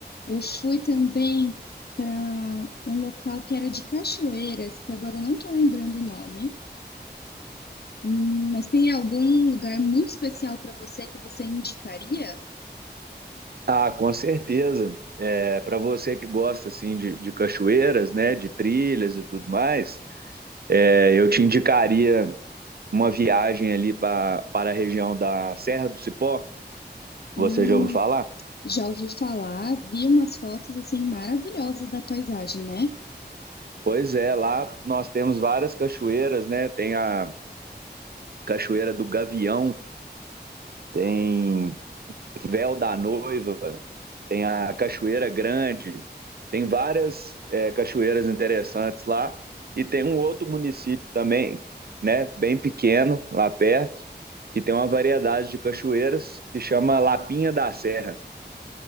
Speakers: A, on the left; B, on the right.
A: eu fui também para um local que era de cachoeiras, que agora eu não estou lembrando o nome. Hum, mas tem algum lugar muito especial para você que você indicaria?
B: Ah, com certeza. É, para você que gosta assim de, de cachoeiras, né, de trilhas e tudo mais, é, eu te indicaria uma viagem ali pra, para a região da Serra do Cipó. Você
A: Hum,
B: já ouviu falar?
A: já ouvi falar, vi umas fotos assim maravilhosas da paisagem, né?
B: Pois é, lá nós temos várias cachoeiras, né? Tem a Cachoeira do Gavião, tem Véu da Noiva, tem a Cachoeira Grande, tem várias é, cachoeiras interessantes lá. E tem um outro município também, né, bem pequeno, lá perto, que tem uma variedade de cachoeiras que chama Lapinha da Serra.